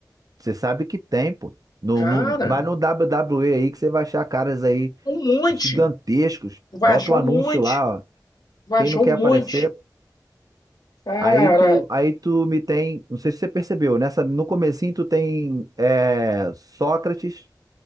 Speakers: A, on the right; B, on the left.
A: Você sabe que tem, pô. No,
B: Cara,
A: no- vai no WWE aí que você vai achar caras aí
B: um monte.
A: gigantescos.
B: Tu vai
A: Bota
B: achar
A: o
B: um
A: anúncio
B: monte.
A: lá,
B: Tu
A: ó.
B: vai
A: Quem
B: achar
A: não quer
B: um monte.
A: aparecer.
B: Cara,
A: Aí tu, aí tu me tem. Não sei se você percebeu, nessa, no comecinho tu tem é, Sócrates